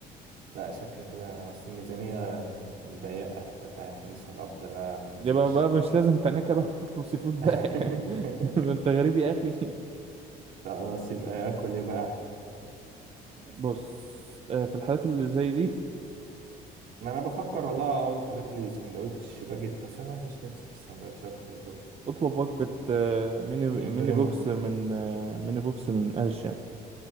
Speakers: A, on the right (about 80°); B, on the right (about 35°).
A: لا شكل كده اصل الميزانية مضيقة انت فاهم لسه القبض بقى ما نزلش
B: يبقى بقى مش لازم تناكة بقى تطلب سي فود
A: <laughs>
B: بقى <laughs> ده انت غريب يا اخي
A: خلاص يبقى اكل ايه بقى
B: بص آه، في الحالات اللي زي دي
A: ما انا بفكر والله اقوم طالب لي سندوتش باجيت بس انا مش نفسي في السندوتشات برضه
B: اطلب وجبة آه، ميني
A: من
B: ميني
A: بريمو
B: بوكس من آه، ميني بوكس من أرشا